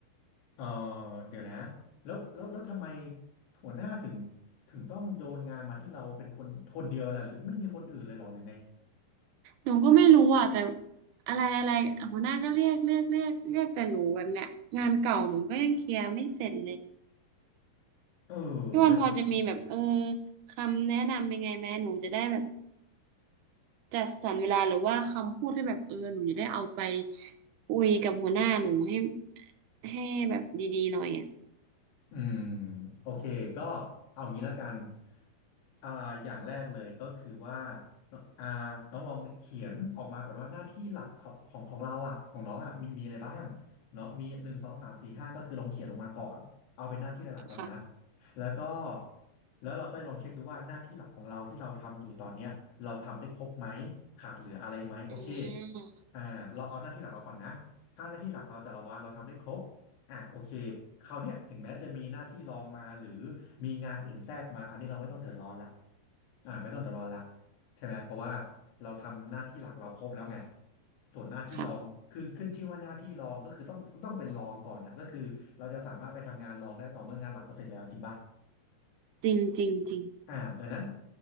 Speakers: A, on the left; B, on the right.
A: เออเดี๋ยวนะ แล้วแล้วแล้วทำไมหัวหน้าถึงถึงต้องโยนงานมาที่เราเป็นคนคนเดียวล่ะหรือไม่มีคนอื่นเลยเหรอหรือไง
B: หนูก็ไม่รู้อ่ะแต่อะไรอะไรหัวหน้าก็เรียกเรียกเรียกเรียกแต่หนูแันเนี้ยงานเก่าหนูก็ยังเคลียร์ไม่เสร็จเลย
A: เออ
B: พี่วันพอจะมีแบบเออ
A: นั่นสิ
B: คำแนะนำยังไงแม่หนูจะได้แบบจัดสรรเวลาหรือว่าคำพูดที่แบบเออหนูจะได้เอาไปคุยกับหัวหน้าหนูให้ให้แบบดีๆหน่อยอ่ะ
A: อืม โอเค ก็เอางี้ละกัน อ่าอย่างแรกเลยก็คือว่าน้องอ่าน้องลองเขียนออกมาก่อนว่าหน้าที่หลักของของของเราอ่ะของน้องอ่ะมีมีอะไรบ้างเนาะมีหนึ่งสองสามสี่ห้าก็คือลองเขียนลงมาก่อนเอาเป็นหน้าที่หลักๆก่อนนะ
B: ค่ะ
A: แล้วก็แล้วเราก็ลองเช็คดูว่าหน้าที่หลักของเราที่เราทำอยู่ตอนเนี้ยเราทำได้ครบไหมขาดเหลืออะไรไหมโอเค
B: อ่า
A: อ่าเราเอาหน้าที่หลักเราก่อนนะถ้าหน้าที่หลักเราแต่ละวันเราทำได้ครบ อ่ะโอเคคราวเนี้ยถึงแม้จะมีหน้าที่รองมาหรือมีงานอื่นแทรกมาอันนี้เราไม่ต้องเดือดร้อนละอ่าไม่ต้องเดือดร้อนละใช่ไหมเพราะว่าเราทำหน้าที่หลักเราครบแล้วไงส่วนหน้าที่รองคือขึ้นชื่อว่าหน้าที่รองก็คือต้องต้องเป็นรองก่อนนะก็คือเราจะสามารถไปทำงานรองได้ต่อเมื่องานหลักเราเสร็จแล้วจริงปะ
B: ค่ะจริงจริงจริง
A: อ่าดังนั้น